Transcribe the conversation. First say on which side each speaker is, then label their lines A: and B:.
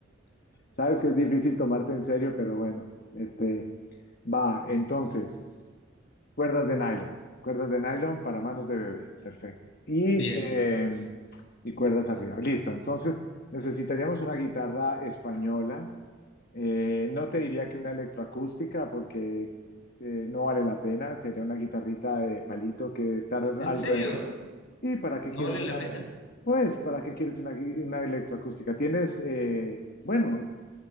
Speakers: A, on the left; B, on the left.
A: Sabes que es difícil tomarte en serio, pero bueno, este, Va, entonces, cuerdas de nylon, cuerdas de nylon para manos de bebé, perfecto. Y,
B: Bien.
A: eh, y cuerdas arriba, listo. Entonces, necesitaríamos una guitarra española. Eh, no te diría que una electroacústica porque eh, no vale la pena, sería una guitarrita de palito que debe estar
B: ¿En
A: alrededor.
B: serio?
A: ¿Y para qué
B: ¿No
A: quieres
B: valen
A: una?
B: la pena?
A: Pues, ¿para qué quieres una, gui- una electroacústica? Tienes, eh, bueno,